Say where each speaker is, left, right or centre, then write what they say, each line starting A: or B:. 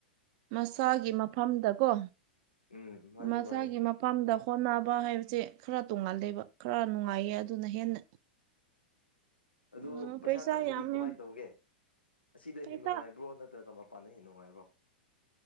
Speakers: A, on the right; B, on the left.
A: ꯃꯁꯥꯒꯤ ꯃꯐꯝꯗꯀꯣ
B: ꯎꯝ ꯃꯥꯅꯤ
A: ꯃꯁꯥꯒꯤ
B: ꯃꯥꯅꯤ
A: ꯃ ꯃꯄꯥꯝꯗ ꯍꯣꯠꯅꯕ ꯍꯥꯏꯕꯁꯦ ꯈꯔ ꯇꯣꯡꯉꯥꯜꯂꯦꯕ ꯈꯔ ꯅꯨꯡꯉꯥꯏꯌꯦ ꯑꯗꯨꯅ ꯍꯦꯟꯅ
B: ꯑꯗꯨ
A: ꯎꯝ
B: ꯄꯩꯁꯥ ꯇꯥꯟꯕꯗꯤ
A: ꯌꯥꯝ
B: ꯀꯃꯥꯏꯅ
A: ꯌꯥꯝ
B: ꯇꯧꯒꯦ ꯑꯁꯤꯗ
A: ꯄꯩꯁꯥ
B: ꯍꯦꯟꯅ ꯅꯨꯡꯉꯥꯏꯕ꯭ꯔꯣ ꯅꯠꯇ꯭ꯔꯒ ꯄꯥꯟꯅꯩ ꯅꯨꯡꯉꯥꯏꯕ꯭ꯔꯣ